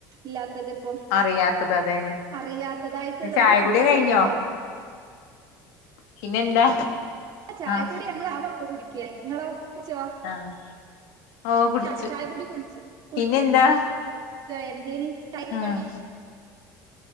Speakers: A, on the right; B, on the left.
A: ഇല്ലാത്ത ത്തതിപ്പം
B: അറിയാത്തത് അതന്നെ
A: അറിയാത്തതായിട്ടുള്ള
B: ചായകുടി
A: ഒരു കുട്ടികളും
B: കഴിഞ്ഞോ
A: ഇല്ലല്ലോ
B: പിന്നെന്താ
A: ആ ചായക്കൂടി
B: ആഹ്
A: ഞങ്ങ ആാവള്ളൂ കുടിക്ക നിങ്ങളോ കുടിച്ചോ
B: ആഹ് ഓ കുടിച്ചു
A: ച ചായ പൊടി കുടിച്ച് കുടിച്ച്
B: പിന്നെന്താ
A: എന്തേനി ചായക്ക്
B: ആഹ്
A: കടി